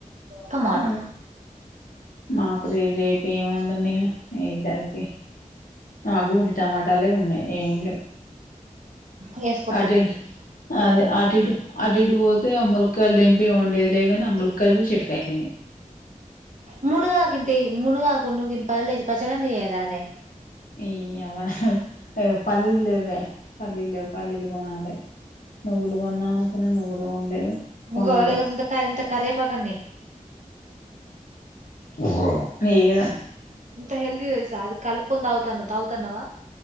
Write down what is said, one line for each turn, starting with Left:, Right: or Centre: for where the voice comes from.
Right: టమాటా
Left: హు నాకు రే రే ఏమండను నేను ఇద్దరికి ఆహ్ గూడి టమాటాలే ఉన్నయి ఏం లేవు
Right: వేసుకొత్త
Left: అడేడు
Right: తియ్యి కడియం
Left: అదే
Right: పట్
Left: అటిటు అటీటుపోతే ఆ ముల్లకాయలు తెంపి వండేది లేదుగాని, ఆ ముల్లకాయలు కూడా చెట్టుకు అయిపోయినయి.
Right: మునుగాకింత ఏయ్ మునుగాకు ఉన్ను ఇన్ని పల్లీలు ఏసీ పచ్చడన్న చేయరాదే.
Left: ఈయవ్వ ఆ పల్లీలు లేవే పల్లీ లేవు పల్లీలు కొనాలె. నువ్వులు కొందాం అనుకున్నా నువ్వులు కొనలేదు.
Right: మునగాకు
Left: కొనాలి
Right: లేకపోతే ఇంత ఇంత కరేపాకు అన్నా ఏయ్.
Left: హుహ్ ఏది
Right: ఎంత హెల్దీ తెల్సా అది కలుపుకొని తాగుతాన్నవు. తాగుతన్నవా?